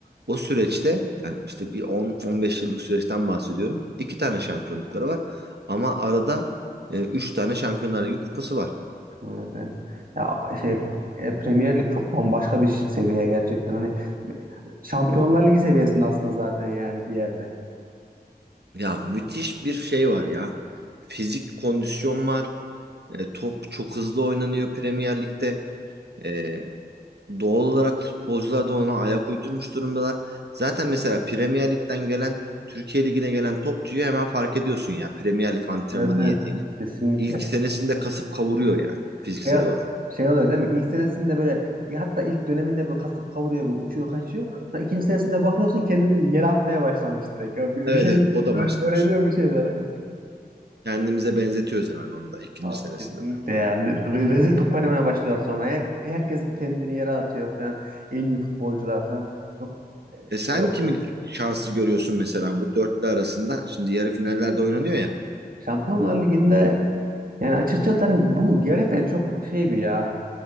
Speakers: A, on the right; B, on the right.
A: O süreçte yani işte bir 10-15 yıllık süreçten bahsediyorum. İki tane şampiyonlukları var ama arada e, üç tane Şampiyonlar Ligi kupası var.
B: Evet, evet. Ya şey e, Premier Lig çok bambaşka bir ş- seviye gerçekten. Hani Şampiyonlar Ligi seviyesinde aslında zaten yani bir yerde.
A: Ya müthiş bir şey var ya. Fizik kondisyon var. E, top çok hızlı oynanıyor Premier Lig'de. E, Doğal olarak futbolcular da ona ayak uydurmuş durumdalar. Zaten mesela Premier Lig'den gelen, Türkiye Ligi'ne gelen topçuyu hemen fark ediyorsun ya Premier Lig antrenmanı
B: Evet evet.
A: yediğini.
B: Kesinlikle.
A: İlk senesinde kasıp kavuruyor yani fiziksel
B: Şey,
A: olarak.
B: şey oluyor değil mi? İlk senesinde böyle ya hatta ilk döneminde böyle kasıp kavuruyor böyle uçuyor kaçıyor. Sonra ikinci senesinde bakıyorsun kendini yere atmaya başlamış direkt. Ya Bir,
A: Evet
B: bir şey
A: evet o da
B: ö-
A: başlamış.
B: öğreniyor bir şeyler.
A: Kendimize benzetiyoruz hemen onu
B: <laughs>
A: da ikinci
B: Abi
A: senesinde
B: kesinlikle
A: de.
B: yani. Re- rezil top oynamaya başlıyorlar sonra. Hep, herkes bir kendini yere atıyor falan. En iyi futbolcular falan. Çok e,
A: E sen
B: şey oldu.
A: kimi şanslı görüyorsun mesela bu dörtlü arasında? Şimdi yarı finallerde oynanıyor ya.
B: Şampiyonlar Ligi'nde yani açıkçası hani bu gerçekten çok şey bir ya.